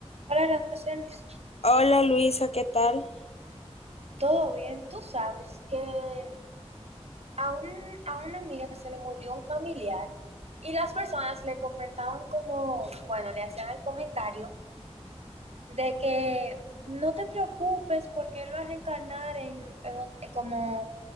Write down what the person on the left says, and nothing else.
Hola Luisa, ¿qué tal?